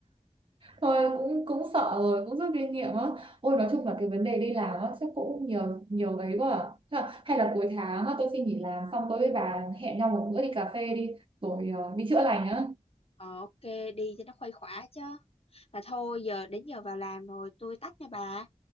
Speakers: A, on the right; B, on the left.
A: thôi cũng cũng sợ rồi cũng rút kinh nghiệm á ôi nói chung là cái vấn đề đi làm á chắc cũng nhiều nhiều ấy quá à. Thế là- hay là cuối tháng á, tôi xin nghỉ làm xong tôi với bà hẹn nhau một bữa đi cà phê đi rồi ờ, đi chữa lành á
B: ờ ok đi cho nó khuây khỏa chứ mà thôi giờ đến giờ vào làm rồi tôi tắt nha bà